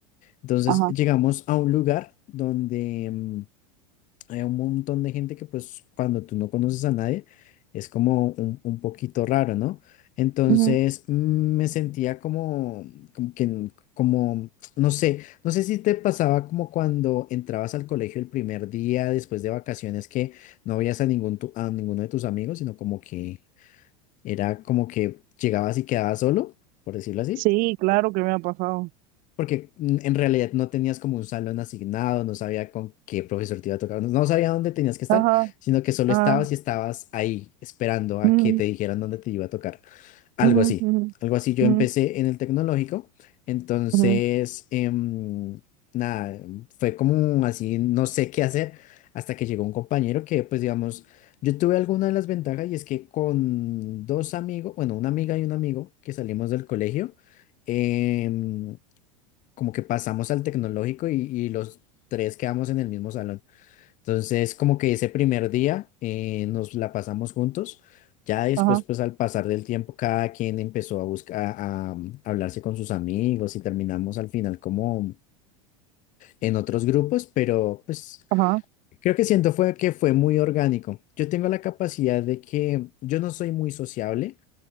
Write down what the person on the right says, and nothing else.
ajá,
ujú.
Sí, claro que me ha pasado.
Ajá,
ajá,
ujú,
ujú,
ujú,
ujú,
ujú,
ajá,
ajá,